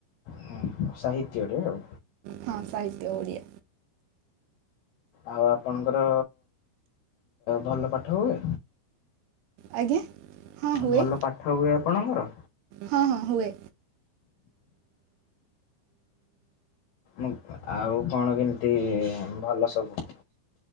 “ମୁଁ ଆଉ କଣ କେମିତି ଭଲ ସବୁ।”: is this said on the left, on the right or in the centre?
Left